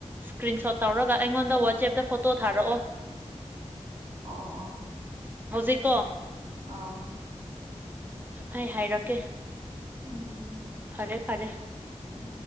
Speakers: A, on the right; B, on the right.
A: ꯁ꯭ꯀ꯭ꯔꯤꯟ ꯁꯣꯠ ꯇꯧꯔꯒ ꯑꯩꯉꯣꯟꯗ ꯋꯥꯠꯁꯆꯦꯞꯇ ꯐꯣꯇꯣ ꯊꯥꯔꯛꯑꯣ
B: ꯑꯣ ꯑꯣ
A: ꯍꯧꯖꯤꯛꯀꯣ
B: ꯑꯥ
A: ꯑꯩ ꯍꯥꯏꯔꯛꯀꯦ
B: ꯎꯝ ꯎꯝ
A: ꯐꯔꯦ ꯐꯔꯦ
B: ꯎꯝ